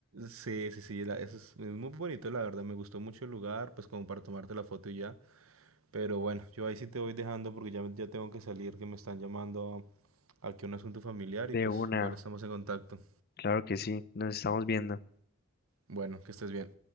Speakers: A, on the right (about 90°); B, on the left (about 50°).
A: Sí, sí, sí, la- eso es, es muy bonito, la verdad, me gustó mucho el lugar, pues como para tomarte la foto y ya. Pero bueno, yo ahí sí te voy dejando porque ya, ya tengo que salir, que me están llamando a- aquí a un asunto familiar
B: De
A: y pues
B: una,
A: igual estamos en contacto.
B: claro que sí, nos estamos viendo.
A: Bueno, que estés bien.